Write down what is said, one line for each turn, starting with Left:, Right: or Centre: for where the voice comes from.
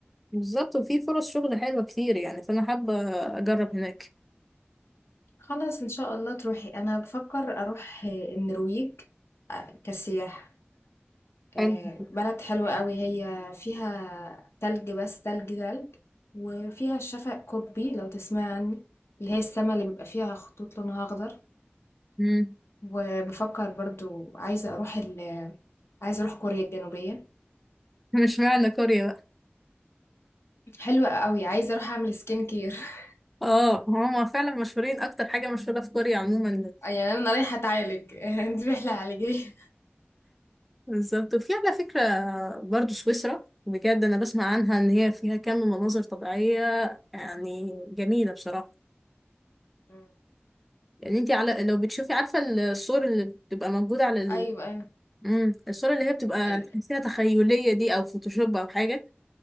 Centre: بالظبط وفي فرص شغل حلوة كتير يعني فأنا حابة أجرب هناك
Left: خلاص ان شاء الله تروحي انا بفكر اروح النرويج آه، كسياحة آه،
Centre: حلو
Left: بلد حلوة قوي هي فيها تلج بس تلج تلج وفيها الشفق قطبي لو تسمع عنه اللي هي السما اللي بيبقى فيها خطوط لونها أخضر
Centre: مم.
Left: وبفكر برضو عايزة أروح ال عايزة أروح كوريا الجنوبية
Centre: <laughs> مش معنى كوريا بقى
Left: حلوة قوي عايزة أروح أعمل سكين كير <laughs>
Centre: اه هما فعلا مشهورين أكتر حاجة مشهورة في كوريا عموما
Left: يعني أنا رايحة أتعالج <laughs> دي رحلة علاجية
Centre: بالظبط وفي على فكرة برضو سويسرا بجد أنا بسمع عنها إن هي فيها كم مناظر طبيعية يعني جميلة بصراحة
Left: مم.
Centre: يعني أنت على لو بتشوفي عارفة الصور اللي بتبقى موجودة على ال...
Left: أيوة أيوة
Centre: مم. الصور اللي هي بتبقى
Left: ال-
Centre: تحسيها تخيلية دي أو فوتوشوب أو حاجة